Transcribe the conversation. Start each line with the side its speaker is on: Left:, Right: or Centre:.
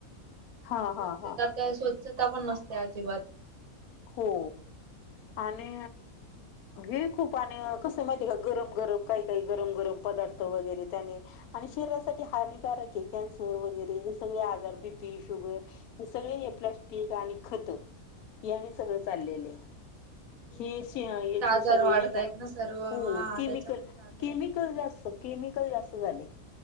Left: हा
Right: स्वच्छता
Left: हा हा
Right: आता स्व -च्छता पण नसते अजिबात
Left: हो आणि हे खूप आणि कस माहिती आहे का गरम गरम काही काही गरम गरम पदार्थ वगैरे त्यानी आणि शरीरासाठी हानिकारक आहे कॅन्सर वगैरे हे सगळे आजार बीपी शुगर हे सगळे. प्लास्टिक आणि खत यांनी सगळ चालले.
Right: तेच
Left: हेचे
Right: ना त्याच्यामुळे आजार
Left: सगळे
Right: वाढतायत
Left: नाही का
Right: ना सर्व
Left: हो
Right: हा
Left: केमिकल
Right: त्याच्यामुळेच आजार
Left: केमिकल जास्त केमिकल जास्त झाले.